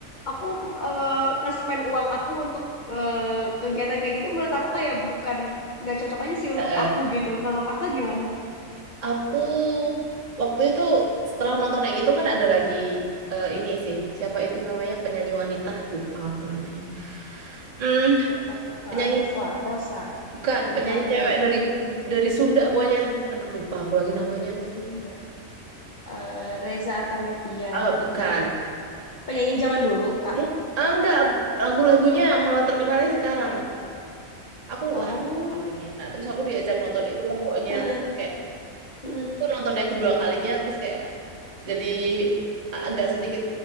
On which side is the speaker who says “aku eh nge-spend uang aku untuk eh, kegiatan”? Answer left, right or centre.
Left